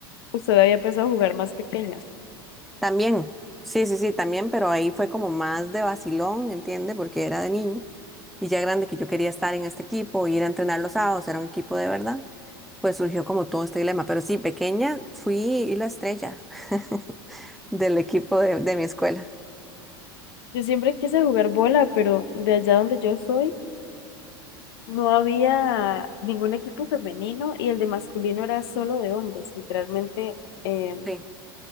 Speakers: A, on the left (about 75°); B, in the centre.
A: usted había empezado a jugar más pequeña.
B: También, sí, sí, sí, también, pero ahí fue como más de vacilón, ¿entiende? Porque era de niño. y ya grande que yo quería estar en este equipo, ir a entrenar los sábados, era un equipo de verdad, pues surgió como todo este dilema. Pero sí, pequeña fui la estrella <laughs> del equipo de, de mi escuela.
A: Yo siempre quise jugar bola, pero de allá donde yo soy no había ningún equipo femenino y el de masculino era solo de hombres, literalmente em,
B: Sí.